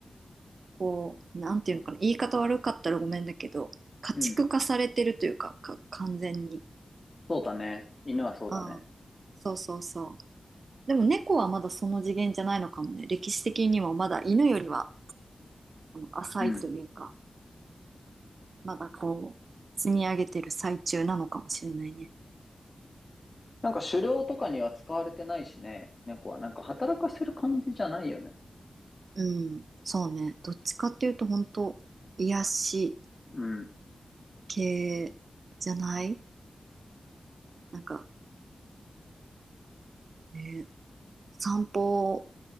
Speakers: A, on the right; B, on the left.
A: こう、なんていうのかな。言い方悪かったらごめんだけど、家畜化されてるというか、
B: うん。
A: か、完全に。
B: そうだね。犬はそうだね。
A: ああ、そうそうそう。でも猫はまだその次元じゃないのかもね。歴史的にもまだ犬よりは、あの、浅いというか、
B: うん。
A: まだこう、積み上げてる最中なのかもしれないね。
B: なんか狩猟とかには使われてないしね。猫はなんか働かせる感じじゃないよね。
A: うん、そうね。どっちかっていうと、本当癒し。
B: うん。
A: 系じゃないなんかね、散歩